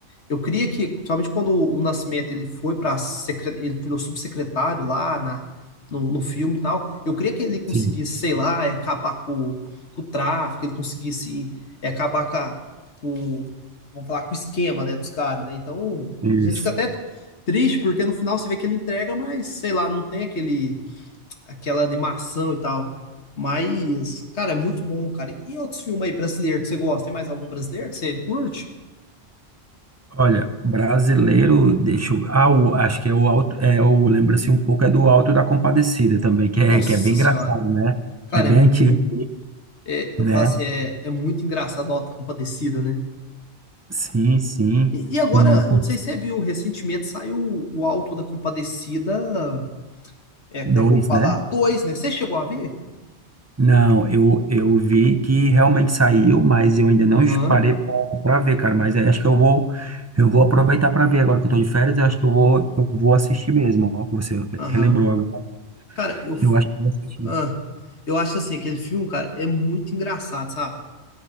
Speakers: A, on the left; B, on the right.
A: eu queria que, principalmente quando o Nascimento ele foi para ele virou subsecretário lá na, no, no filme e tal, eu queria que ele conseguisse,
B: Sim,
A: sei lá, é, acabar com, com o tráfico, ele conseguisse é, acabar com, a- com, vamos falar, com o esquema, né, dos caras, né? Então,
B: isso.
A: a gente fica até triste porque no final você vê que ele entrega, mas sei lá, não tem aquele aquela animação e tal. Mas, cara, é muito bom, cara. E outros filmes aí brasileiros que você gosta? Tem mais algum brasileiro que você curte?
B: Olha, brasileiro, deixa eu, ah, o- acho que é o alto, é o, lembra-se um pouco, é do Alto da Compadecida também, que é,
A: Nossa
B: que é bem engraçado,
A: senhora.
B: né?
A: Cara,
B: Que é bem
A: é muito.
B: antigo,
A: é- eu
B: né?
A: falo assim, é, é muito engraçado o Auto da Compadecida, né?
B: Sim, sim.
A: E, e agora,
B: Um,
A: eu
B: um,
A: não sei se você viu, recentemente saiu o Auto da Compadecida. É, como
B: dois,
A: é que eu vou falar?
B: né?
A: Dois, né? Você chegou a ver?
B: Não, eu, eu vi que realmente saiu, mas eu ainda não
A: Aham,
B: parei para ver, cara. Mas aí acho que eu vou eu vou aproveitar para ver agora que eu tô de férias. Eu acho que eu vou eu vou assistir mesmo. ó, que Você
A: aham.
B: relembrou agora.
A: Cara, eu.
B: Eu acho que eu vou assistir.
A: ah, eu acho assim, aquele filme, cara, é muito engraçado, sabe?